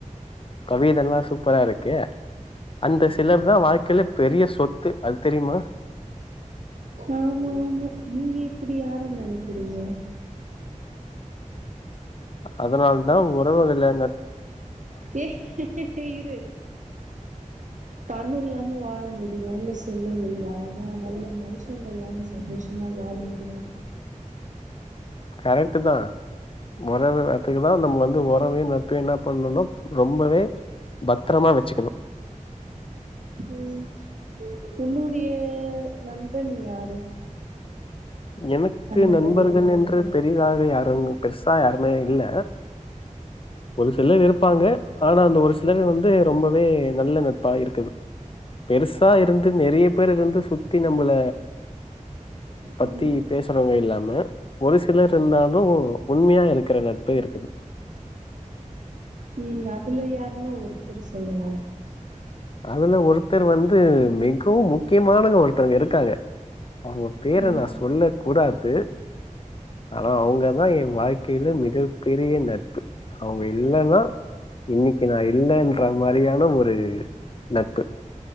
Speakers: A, on the left; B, on the right.
A: கவிதெல்லா சூப்ரா இருக்கே அந்த சிலர் தா வாழ்க்கைல பெரிய சொத்து அது தெரிமா
B: ஆமா ஆமா நீங்க இப்டி யார நெனக்கிறீங்க
A: அதனால தா உறவு இல்லேன
B: ஏ இரு பண இல்லாம வாழ முடியுனு சொன்னது ஆனா நல்ல மனுஷங்க இல்லாம சந்தோஷமா வாழ முடியு
A: கரெட்டு தா ஒறவு அதுக்கு தா நம்ம வந்து ஒறவு நட்பு என்னா பண்ணுனா ரொம்பவே பத்ரமா வச்சிக்கணு
B: ம் உன்னுடைய நண்பன் யாரு
A: எனக்கு
B: அந்த
A: நண்பர்கள்
B: மாதிரி ஒரு நண்பன்
A: என்று பெரிதாக யாரு பெருசா யாருமே இல்ல ஒரு சிலர் இருப்பாங்க ஆனா அந்த ஒரு சிலர் வந்து ரொம்பவே நல்ல நட்பா இருக்குது பெருசா இருந்து நெறைய பேர வந்து சுத்தி நம்மள
B: ம்
A: பத்தி பேசுறவங்க இல்லாம ஒரு சிலர் இருந்தாலு உண்மையா இருக்கிற நட்பு இருக்குது
B: ம் அதுல யாருனா ஒருத்தர் சொல்லுங்க
A: அதுல ஒருத்தர் வந்து மிகவு முக்கியமானங்க ஒருத் தங்க இருக்காங்க அவங்க பேர
B: ம்
A: நா சொல்ல கூடாது ஆனா அவுங்கதா என் வாழ்க்கையில மிகப் பெரிய நட் பு அவுங்க இல்லன்னா இன்னைக்கு நா இல்லன்ற மாறியான ஒரு நட்பு